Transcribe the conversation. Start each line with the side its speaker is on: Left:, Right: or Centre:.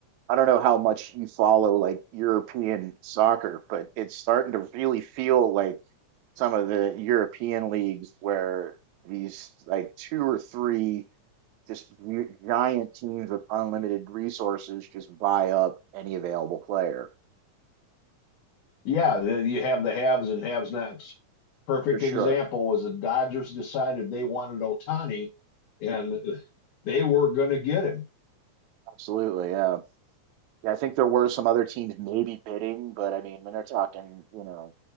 Right: I don't know how much you follow like European soccer, but it's starting to really feel like some of the European leagues where these like two or three just u- giant teams with unlimited resources just buy up any available player
Left: Yeah, you have the haves and haves nots. Perfect
Right: for sure.
Left: example was the Dodgers decided they wanted Ohtani, and they were going to get him.
Right: Absolutely, yeah. Yeah, I think there were some other teams maybe bidding, but I mean, when they're talking, you know,